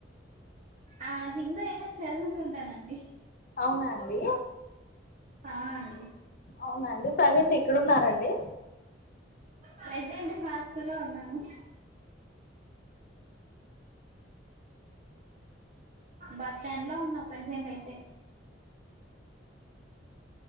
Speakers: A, on the right; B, on the left.
A: ఆ హిందూ అయినా చదువుకుంటానండి
B: అవునా అండి
A: ఆ అండి
B: అవునండి ప్రెజెంట్ ఎక్కడున్నారండి
A: ప్రెజెంట్ హాస్టల్లో ఉన్నాను బస్ స్టాండ్ లో ఉన్న ప్రెసెంట్ అయితే